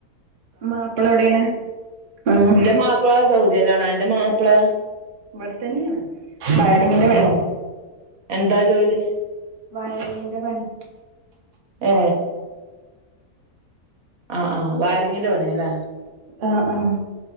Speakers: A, on the right; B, on the right.
A: മാപ്പിള എവിടെയാണ് ആഹ്
B: എന്റെ മാപ്പിള സൗദിലാണ് എന്റെ മാപ്പിള
A: ഇവിടെ തന്നെയാണ് വയറിങ്ങിന്റെ പണി
B: ഏഹ് എന്താ ജോലി
A: വയറിങ്ങിന്റെ പണി
B: ഏ ആ ആ വയറിങ്ങിന്റെ പണിയ അല്ലേ
A: ആഹ് ആഹ്